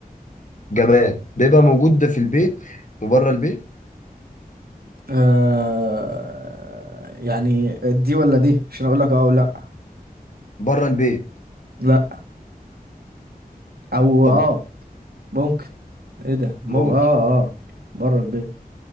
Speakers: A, on the left; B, on the right.
A: جماد بيبقى موجود في البيت وبره البيت
B: آه يعني دي ولا دي عشان اقول لك اه ولا
A: بره البيت
B: لا او
A: طب
B: اه ممكن ايه ده مم...
A: ممكن
B: اه اه بره البيت